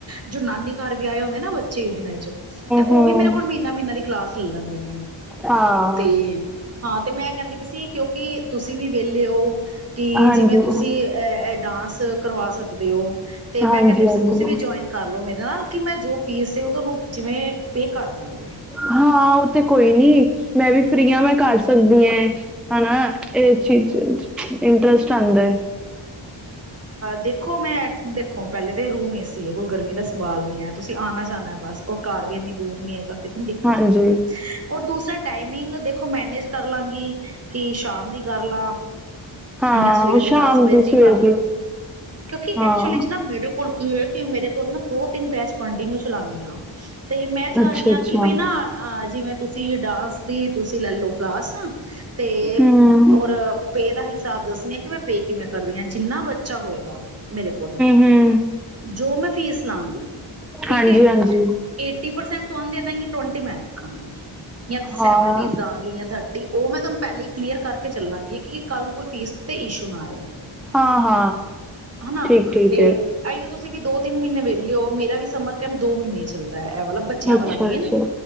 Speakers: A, on the right; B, in the centre.
A: ਜੋ ਨਾਨੀ ਘਰ ਵੀ ਆਏ ਹੁੰਦੇ ਨਾ ਬੱਚੇ ਇਹ ਦਿਨਾਂ ਚੇ ਉਹ
B: ਹਮ
A: ਵੀ ਮੇਰੇ ਕੋਲ ਮਹੀਨਾ-ਮਹੀਨਾ ਦੀ ਕਲਾਸ ਲੈ ਲੈਂਦੇ ਨੇ।
B: ਹਾਂ
A: ਤੇ ਹਾਂ ਤੇ ਮੈਂ ਕਹਿੰਦੀ ਵੀ ਸੀ ਕਿਉਂਕਿ ਤੁਸੀਂ ਵੀ ਵਿਹਲੇ ਹੋ। ਕਿ
B: ਹਾਂਜੀ
A: ਜਿਵੇਂ ਤੁਸੀਂ ਅਹ ਅਹ ਇਹ ਡਾਂਸ ਕਰਵਾ ਸਕਦੇ ਹੋ। ਤੇ
B: ਹਾਂਜੀ
A: ਮੈਂ ਕਹਿੰਦੀ ਸੀ
B: ਹਾਂਜੀ
A: ਤੁਸੀਂ ਵੀ ਜੁਆਇਨ ਕਰ ਲੋ ਮੇਰੇ ਨਾਲ ਕਿ ਮੈਂ ਜੋ ਫੀਸ ਸੀ, ਉਹ ਤੁਹਾਨੂੰ ਜਿਵੇਂ ਪੇ ਕਰ ਦਾਂਗੀ
B: ਹਾਂ ਉਹ ਤੇ ਕੋਈ ਨੀ ਮੈਂ ਵੀ ਫਰੀ ਹਾਂ ਮੈਂ ਕਰ ਸਕਦੀ ਹਾਂ।
A: <inaudible>
B: ਹਨਾ ਇਹ ਚੀਜ਼ ਇੰਟਰਸਟ ਆਉਂਦਾ ਹੈ
A: ਦੇਖੋ ਪਹਿਲੇ ਤਾਂ ਰੂਮ ਏ ਸੀ ਹੈ ਕੋਈ ਗਰਮੀ ਦਾ ਸਵਾਲ ਨੀ ਹੈ ਤੁਸੀਂ ਆਉਣਾ ਜਾਣਾ ਬਸ ਔਰ ਘਰ ਵੀ ਇੰਨੀ ਦੂਰ ਨੀ ਹੈਗਾ। ਦਿੱਕਤ
B: ਹਾਂਜੀ
A: ਹੋਏਗੀ ਔਰ ਦੂਸਰਾ ਟਾਈਮਿੰਗ ਮੈਨੇਜ ਕਰ ਲਾਂਗੀ। ਕਿ ਸ਼ਾਮ ਦੀ ਕਰ ਲਾ
B: ਹਾਂ
A: ਜਾਂ ਸਵੇਰ
B: ਉਹ
A: ਦੀ
B: ਸ਼ਾਮ
A: ਦਸ ਵਜੇ
B: ਸਵੇਰ
A: ਦੀ ਕਰ ਲਾ ਕਿਉਂਕਿ
B: ਹਾਂ
A: ਐਕਚੁਲੀ ਚ ਨਾ ਵੀਡਿਓ ਕੋਲ। ਜਿਵੇਂ ਕਿ ਮੇਰੇ ਕੋਲ ਨਾ। ਦੋ-ਤਿੰਨ ਬੈਚ ਕੰਟੀਨਿਊ ਚਲਾਉਣੀ ਹਾਂ ਤੇ ਮੈਂ ਚਾਹ
B: ਅੱਛਾ
A: ਰਹੀ ਹਾਂ
B: ਅੱਛਾ
A: ਕਿ ਬਈ
B: ਹਮ
A: ਨਾ ਆ। ਜਿਵੇਂ ਤੁਸੀਂ ਡਾਂਸ ਦੀ ਤੁਸੀਂ ਲੈਲੋ ਕਲਾਸ। ਤੇ
B: ਹਮ
A: ਹੋਰ। ਪੇ ਦਾ ਹਿਸਾਬ ਦੱਸਦੀ ਹਾਂ ਕਿ ਮੈਂ ਪੇ ਕਿਵੇਂ ਕਰਦੀ ਹਾਂ ਜਿੰਨਾ ਬੱਚਾ ਹੋਏਗਾ। ਮੇਰੇ ਕੋਲ
B: ਹਮ
A: ਜੋ ਮੈਂ। ਫੀਸ ਲਾਂਗੇ। ਠੀਕ
B: ਹਾਂਜੀ
A: ਹੈ
B: ਹਾਂਜੀ
A: ਏਟੀ ਪਰਸੈਂਟ। ਤੁਹਾਨੂੰ ਦੇ ਦਾਂਗੀ ਟਵੰਟੀ ਮੈਂ ਰੱਖਾਂਗੀ। ਜਾਂ ਸੈਵਨਟੀਜ਼
B: ਹਾਂ
A: ਦਾਂਗੀ ਜਾਂ ਥ <unintelligible> ਪਹਿਲਾਂ ਹੀ ਕਲੀਅਰ ਕਰਕੇ ਚੱਲਾਂਗੀ ਕਿ ਕੱਲ੍ਹ ਨੂੰ ਕੋਈ ਫੀਸ ਉੱਤੇ ਇਸ਼ੂ ਨਾ ਆਏ।
B: ਹਾਂ-ਹਾਂ
A: ਹਨਾ
B: ਠੀਕ-ਠੀਕ
A: ਤੇ
B: ਹੈ।
A: ਆਈਓ ਤੁਸੀਂ ਵੀ ਦੋ-ਤਿੰਨ ਮਹੀਨੇ ਵਿਹਲੇ ਹੋ ਮੇਰਾ ਵੀ ਸਮਰ ਕੈਂਪ ਦੋ ਮਹੀਨੇ ਚੱਲਦਾ ਹੈ। ਵਾਲਾ ਬੱਚਿਆਂ
B: ਅੱਛਾ
A: ਵਾਲਾ ਮੇਨ
B: ਅੱਛਾ